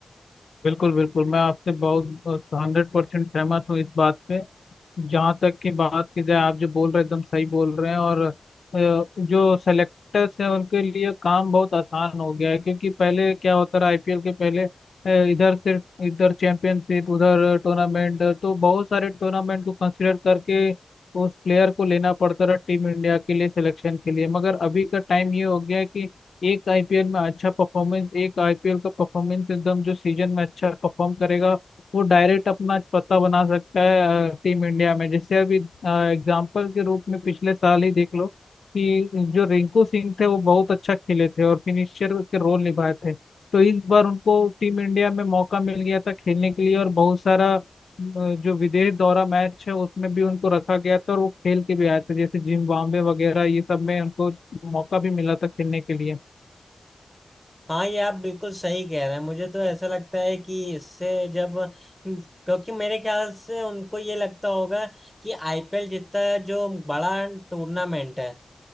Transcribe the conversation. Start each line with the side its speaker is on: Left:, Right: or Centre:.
Left: बिल्कुल बिल्कुल मैं आपसे बहुत हंड्रेड परसेंट सहमत हूँ इस बात पे जहाँ तक की बात की जाए आप जो बोल रहे हैं एकदम सही बोल रहे हैं और अ, जो सेलेक्टर्स हैं उनके लिए काम बहुत आसान हो गया है क्योंकि पहले क्या होता रहा आईपीएल के पहले अ, इधर सिर्फ इधर चैंपियनशिप उधर टूर्नामेंट तो बहुत सारे टूर्नामेंट को कंसिडर करके उस प्लेयर को लेना पड़ता रहा टीम इंडिया के लिए सिलेक्शन के लिए मगर अभी का टाइम ये हो गया है कि एक आईपीएल में अच्छा परफॉर्मेंस एक आईपीएल का परफॉर्मेंस एकदम जो सीजन में अच्छा परफॉर्म करेगा वो डायरेक्ट अपना पता बना सकता है टीम इंडिया में जैसे अभी एग्जाम्पल के रूप में पिछले साल ही देख लो कि जो रिंकू सिंह थे वो बहुत अच्छा खेले थे और फिनिशर के रोल निभाए थे तो इस बार उनको टीम इंडिया में मौका मिल गया था खेलने के लिए और बहुत सारा अ, जो विदेश दौरा मैच है उसमें भी उनको रखा गया था और वो खेल के भी आए थे जैसे जिम्बाब्वे वगैरह ये सब में उनको मौका भी मिला था खेलने के लिए
Centre: हाँ ये आप बिल्कुल सही कह रहे हैं मुझे तो ऐसा लगता है कि इससे जब क्योंकि मेरे ख्याल से उनको ये लगता होगा कि आईपीएल जितना जो बड़ा टूर्नामेंट है